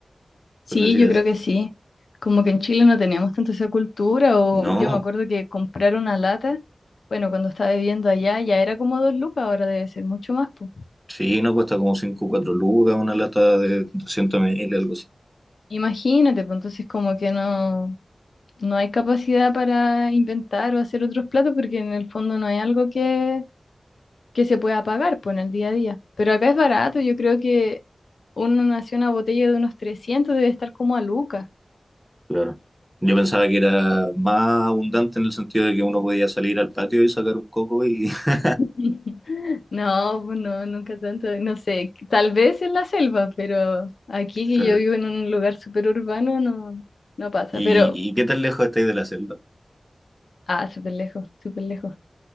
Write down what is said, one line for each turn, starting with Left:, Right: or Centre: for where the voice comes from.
Left: Sí,
Centre: por decir
Left: yo
Centre: así.
Left: creo que sí. Como que en Chile no teníamos tanto esa cultura, o
Centre: No.
Left: yo me acuerdo que comprar una lata, bueno, cuando estaba viviendo allá ya era como dos lucas, ahora debe ser mucho más, pues.
Centre: Sí, no cuesta como 5 o 4 lucas una lata de 200 ml, algo así.
Left: Imagínate, pues entonces como que no, no hay capacidad para inventar o hacer otros platos, porque en el fondo no hay algo que que se pueda pagar pues, en el día a día. Pero acá es barato, yo creo que una nació una botella de unos trescientos debe estar como a Luca.
Centre: Claro. Yo pensaba que era más abundante en el sentido de que uno podía salir al patio y sacar un coco y... <laughs>
Left: <laughs> No, pues no, nunca tanto, no sé, tal vez en la selva, pero aquí que
Centre: Claro.
Left: yo vivo en un lugar súper urbano no, no pasa,
Centre: ¿Y,
Left: pero,
Centre: y qué tan lejos estáis de la celda?
Left: ah, súper lejos, súper lejos.